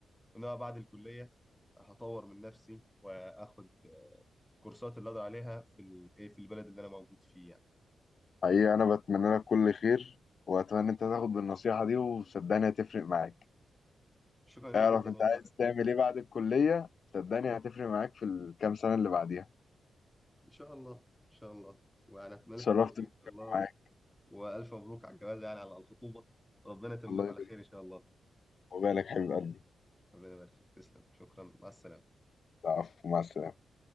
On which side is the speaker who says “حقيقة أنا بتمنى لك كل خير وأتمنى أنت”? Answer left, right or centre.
Left